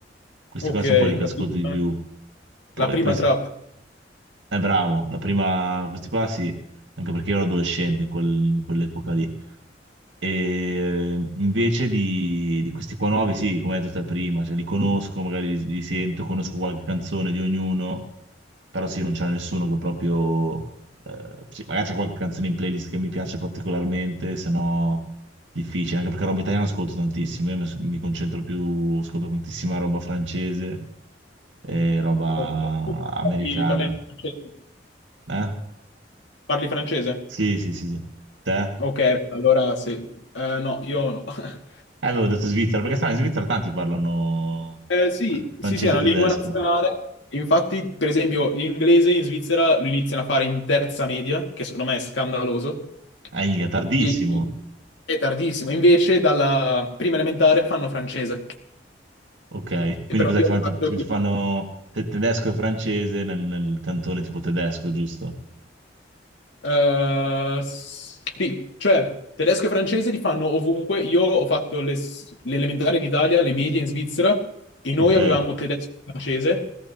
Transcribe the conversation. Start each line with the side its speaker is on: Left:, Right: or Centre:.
Right: Questi
Left: Ok,
Right: qua sono quelli che
Left: la
Right: ascolto
Left: prima,
Right: di più. Poi,
Left: la prima
Right: poi
Left: trappola.
Right: Eh, bravo, la prima, questi qua sì, anche perché io ero adolescente in quel- in quell'epoca lì. E invece di, di questi qua nuovi, sì, come hai detto te prima, cioè li conosco, magari li, li sento, conosco qualche canzone di ognuno, però sì, non c'è nessuno che proprio... eh, sì, magari c'è qualche canzone in playlist che mi piace particolarmente, se no difficile, anche perché roba italiana ascolto tantissimo, io mi, mi concentro più, ascolto tantissima roba francese e roba
Left: Ok.
Right: americana.
Left: Parli, parli francese?
Right: Eh?
Left: Parli francese?
Right: Sì, sì, sì, sì. Te?
Left: Ok, allora sì. Eh, no, io no. <laughs>
Right: Eh, avevo detto Svizzera, perché stanno in Svizzera tanti parlano
Left: Eh, sì,
Right: eh, francese
Left: sì, sì, è una
Right: e tedesco.
Left: lingua nazionale. Infatti, per esempio, l'inglese in Svizzera lo iniziano a fare in terza media, che secondo me è scandaloso.
Right: Eh, è tardissimo.
Left: E è tardissimo. Invece, dalla prima elementare fanno francese.
Right: Ok,
Left: E
Right: quindi
Left: però
Right: cos'è?
Left: io
Right: Ti fanno,
Left: ho fatto...
Right: ti- ti fanno te- tedesco e francese nel, nel cantone tipo tedesco, giusto?
Left: Eh, sì, cioè tedesco e francese li fanno ovunque. Io ho fatto le, le elementari in Italia, le medie in Svizzera e noi
Right: Ok,
Left: avevamo tedesco e francese,